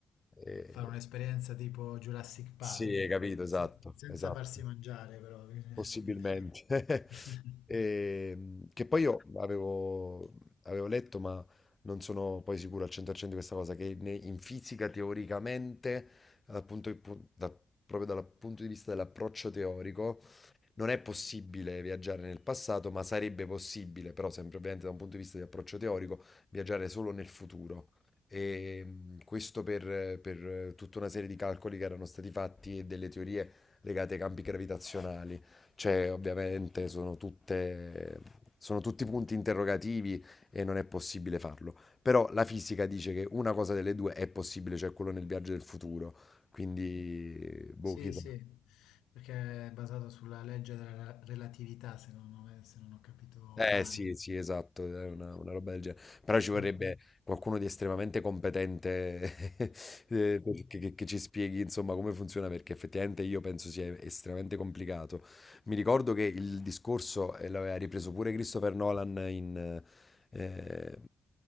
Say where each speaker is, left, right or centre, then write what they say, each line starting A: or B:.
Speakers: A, on the left (about 25°); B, on the left (about 85°).
A: Eh,
B: Fare un'esperienza tipo Jurassic Park,
A: sì, hai
B: ecco,
A: capito, esatto,
B: se- senza
A: esatto.
B: farsi mangiare però. <laughs>
A: Possibilmente. <laughs> Ehm, che poi io avevo, avevo letto, ma non sono poi sicuro al 100% di questa cosa, che ne- in fisica teoricamente, dal punto di pu- da- proprio dal punto di vista dell'approccio teorico, non è possibile viaggiare nel passato, ma sarebbe possibile, però sempre ovviamente da un punto di vista di approccio teorico, viaggiare solo nel futuro. E mh, questo per, per tutta una serie di calcoli che erano stati fatti e delle teorie legate ai campi gravitazionali. Cioè, ovviamente sono tutte, sono tutti punti interrogativi e non è possibile farlo. Però la fisica dice che una cosa delle due è possibile, cioè quello nel viaggio del futuro. Quindi, boh,
B: Sì,
A: chissà.
B: sì, perché è basato sulla legge della re- relatività, se non, ho se non ho capito
A: Eh
B: male.
A: sì, sì, esatto, è una, una roba del genere. Però ci vorrebbe
B: No.
A: qualcuno di estremamente competente eh, per- che, che- che ci spieghi insomma come funziona perché effettivamente io penso sia estremamente complicato. Mi ricordo che il discorso eh, l'aveva ripreso pure Christopher Nolan in, eh,